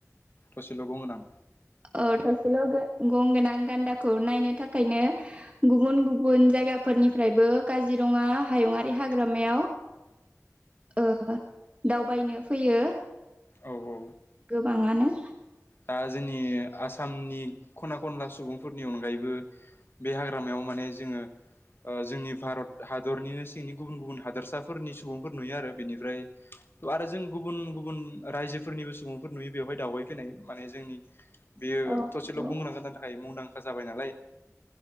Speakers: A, on the left; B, on the right.
A: थसेल' गंगोनां
B: औ थसेल गो गं गोनां गान्दाखौ नायनो थाखायनो गुबुन गुबुन जाय गाफोरनिफ्रायबो काजिरंङा हायुंङारि हाग्रामायाव ओ दावबायनो फैयो
A: औ औ
B: गोबांङानो
A: दा जोंनि आसामनि खना खनला सुबुं फुरनि अनगायैबो बे हाग्रामायाव माने जोंङो ओ जोंनि भारत हादरनिनो सिंनि गुबुन गुबुन हादरसाफोरनि सुबुंफोर नुयो आरो बेनिफ्राय ओ जों गुबुन गुबुन रायजोफोरनिबो सुबुंफोर नुयो बेयाहाय दावबायफैनाय माने जोंनि बियो
B: औ
A: थसेल
B: नंगौ
A: गं गोनां गान्दानि थाखाय मुंदांखा जाबाय नालाय